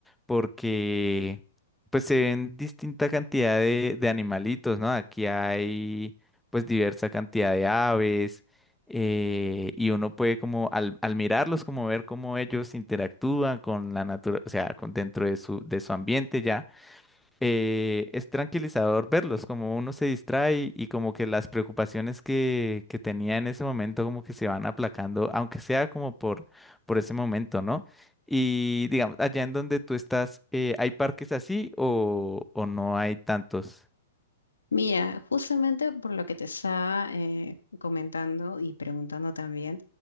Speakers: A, in the centre; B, on the left (about 80°).
A: porque pues se ven distinta cantidad de, de animalitos, ¿no? Aquí hay pues diversa cantidad de aves eh, y uno puede como al, al mirarlos como ver cómo ellos interactúan con la naturaleza, o sea, con dentro de su, de su ambiente ya eh, es tranquilizador verlos, como uno se distrae y como que las preocupaciones que, que tenía en ese momento como que se van aplacando, aunque sea como por, por ese momento, ¿no? Y digamos, allá en donde tú estás, eh, ¿hay parques así o, o no hay tantos?
B: Mira, justamente por lo que te estaba eh, comentando y preguntando también,